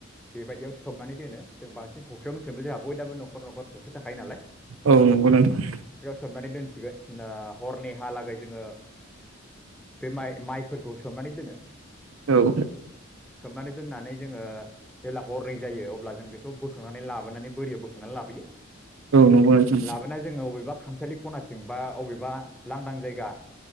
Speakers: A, in the centre; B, on the right.
A: बेबायदियाव सोमनानै दोनो जों बांसिन फुख्रियावनो सोमो जोंहा बयनबो नखर नखर फुख्रि थाख हायो नालाय
B: औ नंगौ नोंथां
A: सोमनानै दोनसिगोन हरनि हालागै जोङो बे माइ माइफोरखौ सोमनानै दोनो
B: औ
A: सोमनानै दोननानै जोङो जेब्ला हरनै जायो अब्ला जों बेखौ बोखांनानै लाबोनानै बोरियाव बोखांनानै लाबोयो
B: औ नंगौ नोंथां
A: लाबोना जोङो अबेबा खामसालि खनाथिं बा अबेबा लांदां जायगा